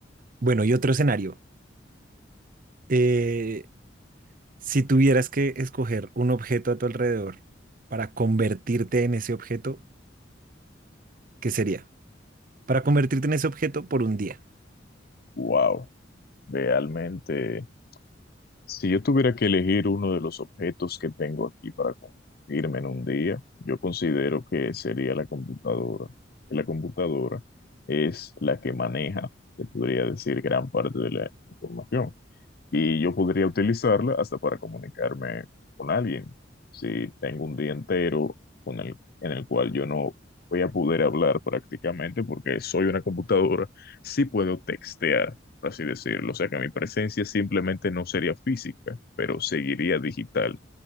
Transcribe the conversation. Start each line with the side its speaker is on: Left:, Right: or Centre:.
Right: Bueno, y otro escenario. Eh, si tuvieras que escoger un objeto a tu alrededor para convertirte en ese objeto, ¿Qué sería para convertirte en ese objeto por un día.
Left: Wow, realmente Si yo tuviera que elegir uno de los objetos que tengo aquí para convertirme en un día, yo considero que sería la computadora. La computadora es la que maneja, se podría decir, gran parte de la información y yo podría utilizarla hasta para comunicarme con alguien. Si tengo un día entero con el- en el cual yo no voy a poder hablar prácticamente porque soy una computadora, sí puedo textear, por así decirlo. O sea que mi presencia simplemente no sería física, pero seguiría digital.